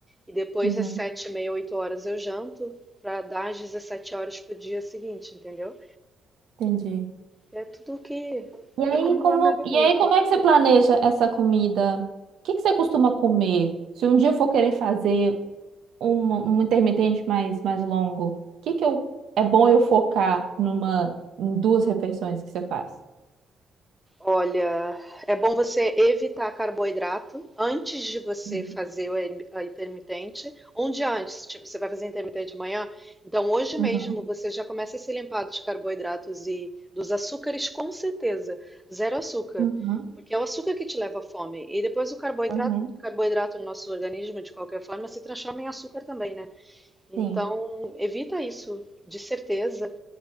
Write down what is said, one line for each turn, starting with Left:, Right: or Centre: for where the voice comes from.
Centre: e depois
Right: uhum.
Centre: às sete e meia, 8 horas eu janto para dar às 17 horas pro dia seguinte, entendeu?
Right: Entendi.
Centre: É tudo que
Right: E aí,
Centre: é como
Right: como,
Centre: eu me organizo.
Right: e aí, como é que você planeja essa comida? O que que você costuma comer? Se um dia eu for querer fazer um, um intermitente mais, mais longo, o que que eu, é bom eu focar numa, em duas refeições que você faz?
Centre: Olha, é bom você evitar carboidrato antes de você
Right: Uhum,
Centre: fazer o in- a intermitente. Um dia antes, tipo, você vai fazer intermitente de manhã, então hoje mesmo
Right: uhum,
Centre: você já começa a se limpar dos carboidratos e dos açúcares, com certeza. Zero açúcar,
Right: uhum,
Centre: porque é o açúcar que te leva à fome. E depois o carboidrato,
Right: uhum,
Centre: carboidrato no nosso organismo, de qualquer forma, se transforma em açúcar também, né? Então,
Right: sim,
Centre: evita isso, de certeza.